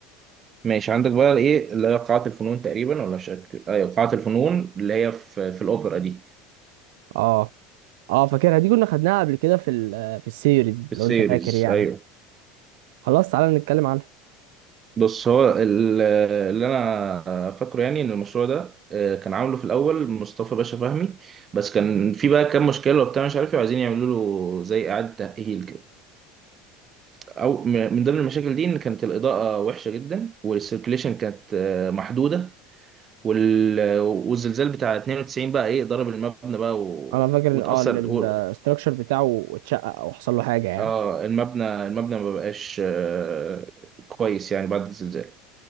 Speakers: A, on the right; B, on the right.
A: ماشي عندك بقى ايه اللي هي قاعه الفنون تقريبا ولا مش فاكر. ايوه قاعه الفنون اللي هي في في الاوبرا دي
B: اه اه فاكرها دي كنا خدناها قبل كده في ال في السيريز
A: في السيريز
B: لو انت فاكر يعني
A: ايوه
B: خلاص تعالى نتكلم عنها
A: بص هو ال- اللي انا فاكره يعني ان المشروع ده آه، كان عامله في الاول مصطفى باشا فهمي بس كان في بقى كام مشكله وبتاع مش عارف إيه، وعايزين يعملوا له زي اعاده تاهيل كده او م- من ضمن المشاكل دي ان كانت الاضاءه وحشه جدا والسيركليشن كانت آه، محدوده وال- والزلزال بتاع 92 بقى ايه ضرب المبنى بقى و...
B: انا فاكر ان
A: وتاثر
B: اه ان
A: و...
B: الاستراكشر بتاعه اتشقق او حصل له حاجة يعني
A: اه المبنى المبنى ما بقاش آه، كويس يعني بعد الزلزال